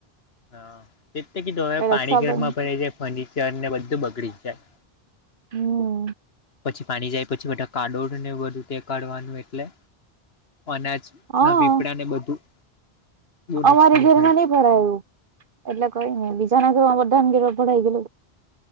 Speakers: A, on the left; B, on the right.
A: હા એટલે કીધું હવે પાણી
B: રક્ષાબંધન
A: ઘરમાં ભરાઈ જાય ફર્નિચર ને બધું બગડી જાય,
B: હમ
A: પછી પાણી જાય પછી બધા કાદોને બધું તે કાઢવાનું એટલે અનાજ,
B: હા
A: ના પીપડાને બધું, બહુ નુકસાન
B: અમારે ઘેરમાં
A: થાય
B: નઈ ભરાયું એટલે કંઈને બીજાના ઘરમાં બધા ઘરમાં ભરાઈ ગયું,